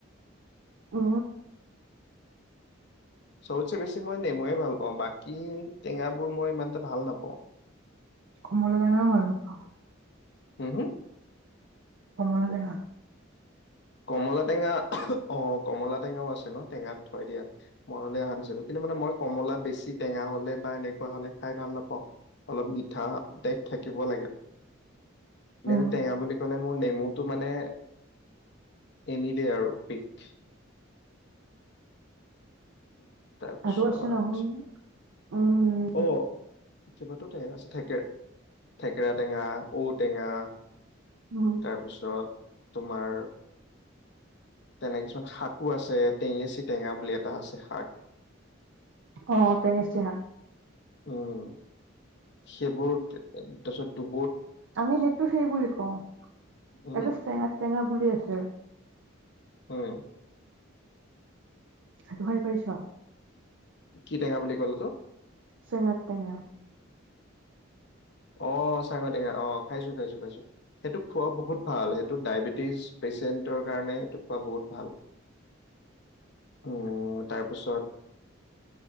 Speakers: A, on the right (about 70°); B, on the left (about 60°).
A: অ।
B: সবতচে বেছি মই নেমুয়ে ভাল পাও বাকী, টেঙাবোৰ মই ইমানটা ভাল নাপাওঁ।
A: কমলা টেঙা <unintelligible>
B: হু - হু?
A: কমলাটেঙা।
B: কমলা টেঙা অ, কমলা টেঙাও আছে ন' টেঙাত থয় দিয়া মনলৈ অহা নাছিল কিন্তু মানে মই কমলা বেছি টেঙা হলে বা এনেকুৱা হলে খাই ভাল নাপাওঁ অলপ মিঠা টাইপ থাকিব লাগে। <unintelligible>
A: উম,
B: টেঙা বুলি ক নে মোৰ নেমুটো মানে এনি দে আৰু। পিক। <inaudible> তাৰপিছত
A: আৰু আছে নহয়, উম,
B: অ', কিবাতাও টেঙা আছে থেকেৰ থেকেৰা টেঙা ঔটেঙা।
A: উম।
B: তাৰ পিছত তোমাৰ তেনে কিছুমান শাকো আছে, টেঙেচি টেঙা বুলি এটা আছে শাক।
A: অ, টেঙেচি শাক।
B: উম, সেইবোৰ তাৰ পিছত দু
A: আমি সেইটো সেই বুলি কওঁ
B: উম
A: এটো চেঙা টেঙা বুলি আছে।
B: উম।
A: <unintelligible> কৰিছ?
B: কি টেঙা বুলি ক'লে তো?
A: <unintelligible> টেঙা।
B: অ' চাঙৈ টেঙা, অ' খাইছো খাইছো খাইছো সেইটো খোৱা বহুত ভাল সেইটো ডায়েবেটিছ পেচেণ্টৰ কাৰণে সেইটো খোৱা বহুত ভাল। উম, তাৰপিছত?